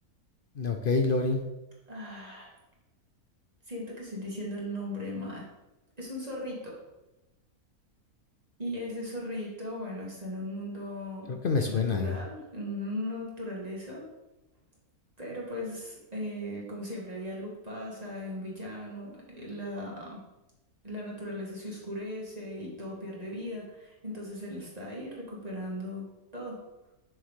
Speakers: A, on the left; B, on the right.
A: Ok, Lori.
B: Ah, siento que estoy diciendo el nombre mal. Es un zorrito. Y ese zorrito, bueno, está en un mundo
A: Creo que me suena
B: natural,
A: ya.
B: en una naturaleza. Pero pues, eh, como siempre, hay algo que pasa, hay un villano, eh, la, la naturaleza se oscurece y todo pierde vida. Entonces él está ahí recuperando todo.